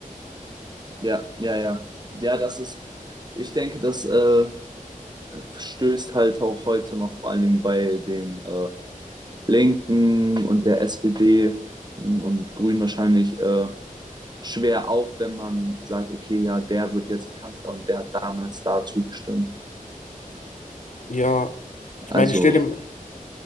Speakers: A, on the right (about 30°); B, on the left (about 60°).
A: Ja, ja, ja. Ja, das ist, ich denke, das äh, stößt halt auch heute noch vor allen Dingen bei den äh, Linken und der SPD und Grünen wahrscheinlich äh, schwer auf, wenn man sagt, okay, ja, der wird jetzt Kanzler und der hat damals dazu gestimmt.
B: Ja, ich
A: Also,
B: meine, stell dir,
A: Ja.